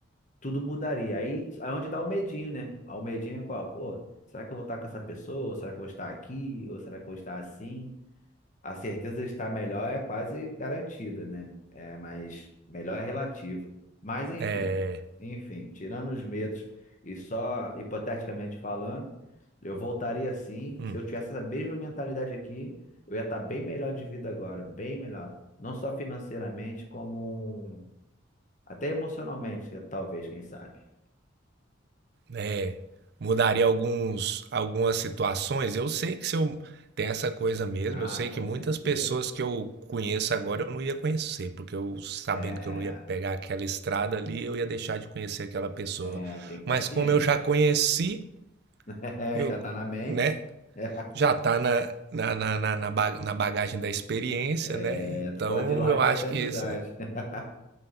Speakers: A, on the left (about 40°); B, on the right (about 55°).
A: Tudo mudaria. Aí é onde dá o medinho, né? Ah, O medinho é qual? Pô, será que eu vou estar com essa pessoa? Será que eu vou estar aqui? Ou será que eu vou estar assim? A certeza de estar melhor é quase garantida, né? É, mas melhor é relativo. Mas enfim,
B: É,
A: enfim, tirando os medos e só hipoteticamente falando, eu voltaria sim.
B: hum,
A: Se eu tivesse essa mesma mentalidade aqui, eu ia estar bem melhor de vida agora, bem melhor. Não só financeiramente, como até emocionalmente, talvez, quem sabe.
B: é, mudaria alguns, algumas situações. Eu sei que se eu tem essa coisa mesmo,
A: Ah,
B: eu sei
A: com
B: que muitas
A: certeza.
B: pessoas que eu conheço agora eu não ia conhecer, porque eu sabendo
A: É,
B: que eu não ia pegar aquela estrada ali, eu ia deixar de conhecer aquela pessoa.
A: é, tem que estar
B: Mas
A: ciente.
B: como eu já conheci,
A: <laughs>
B: eu,
A: Já está na mente.
B: né?
A: <laughs>
B: Já está na, na, na, na, na ba- na bagagem da experiência,
A: É,
B: né? Então
A: tu pode ir lá
B: eu
A: e fazer
B: acho que
A: amizade.
B: isso, né?
A: <laughs>